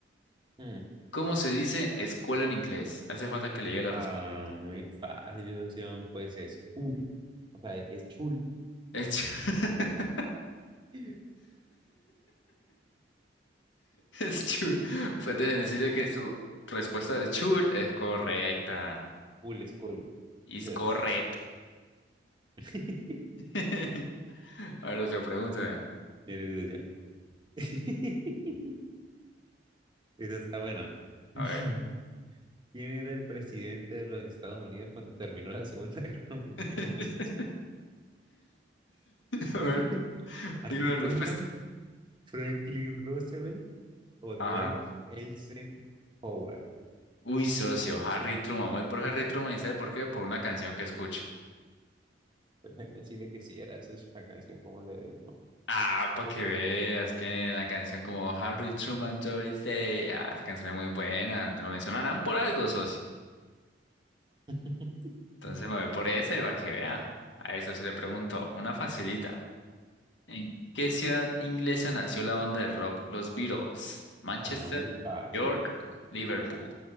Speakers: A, on the right; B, on the left.
A: Hmm.
B: ¿Cómo se dice escuela en inglés? Hace falta que le llegue la
A: Ah,
B: respuesta.
A: muy fácil, socio. Pues es cool. O sea, es chul.
B: Es chul. <laughs>
A: <laughs>
B: Es chul. Pues déjeme decirle que su respuesta de chul es correcta.
A: Cool, es cool.
B: Is
A: Quizás.
B: correct.
A: <laughs>
B: <laughs> A ver, socio, pregúnteme.
A: Eres socio. <laughs> Esa está buena.
B: A
A: <laughs>
B: ver.
A: ¿Quién era el presidente de los Estados Unidos cuando terminó la Segunda <laughs> Guerra Mundial,
B: <laughs>
A: socio?
B: A
A: <laughs>
B: ver,
A: ¿Harry
B: digo la
A: Truman,
B: respuesta.
A: Franklin Roosevelt o Dwight
B: Ah.
A: Eisenhower?
B: Uy, socio, Harry Truman. Voy por Harry Truman y ¿sabe por qué? Por una canción que escucho.
A: Pues déjeme decirle que sí era socio, la canción, como le digo.
B: Ah, para que veas que la canción como Harry Truman, Doris Day. Ah, esa canción es muy buena. Te lo mencionarán por algo, socio.
A: <laughs>
B: Entonces
A: Hágale,
B: me voy por ese para que vea. A eso se le pregunto. Una facilita. ¿En qué ciudad inglesa nació la banda de rock Los Beatles? Manchester,
A: Ah, muy fácil.
B: York, Liverpool.